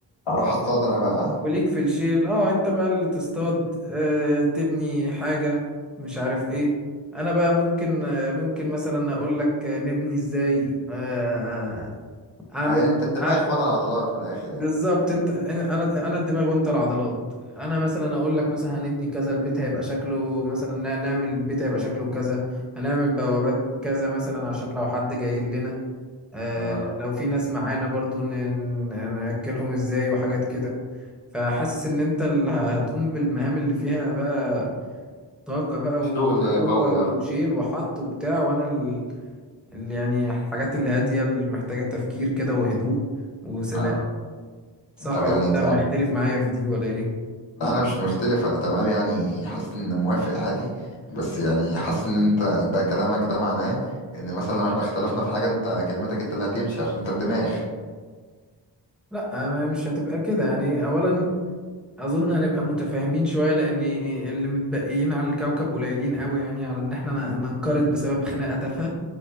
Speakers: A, on the left; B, in the centre.
A: اروح اصطاد انا بقى ها؟
B: وليك في الشيل اه انت بقى اللي تصطاد آه تبني حاجة مش عارف ايه انا بقى ممكن آه ممكن مثلا اقول لك آه، نبني ازاي آه اعمل
A: اه يعني انت الدماغ
B: أعمل-
A: وانا العضلات من الاخر
B: بالظبط
A: يعني
B: انت انا انا أنا الدماغ وانت العضلات انا مثلا اقول لك مثلا هنبني كذا البيت هيبقى شكله مثلا نعمل البيت هيبقى شكله كذا هنعمل بوابات كذا مثلا عشان لو حد جاي لنا آه،
A: اه
B: لو في ناس معانا برضو ن- ن- نأكلهم ازاي وحاجات كده فحاسس ان انت اللي ه- هتقوم بالمهام اللي فيها بقى طاقة بقى
A: الشغل
B: وقوة
A: قوي
B: وشيل
A: اه
B: وحط وبتاع وانا ال- اللي يعني الحاجات الهادية اللي محتاجة تفكير كده وهدوء وسلام
A: اه
B: صح
A: طب
B: ولا
A: يعني انت
B: انت مختلف معايا في دي ولا ايه
A: لا انا مش مختلف انا تمام يعني حاسس ان موافق عادي بس يعني حاسس ان انت ده كلامك ده معناه ان مثلا لو احنا اختلفنا في حاجة انت كلمتك انت اللي هتمشي عشان انت الدماغ
B: لا ما مش هتبقى كده يعني اولا اظن هنبقى متفاهمين شوية لان اللي متبقيين على الكوكب قليلين قوي يعني على ان احنا ن- ننقرض بسبب خناقة تافهة